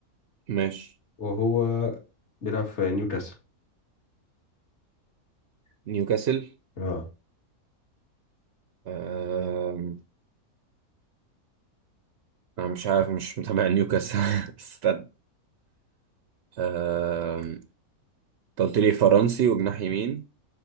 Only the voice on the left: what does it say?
وهو بيلعب في نيوكاسل
اه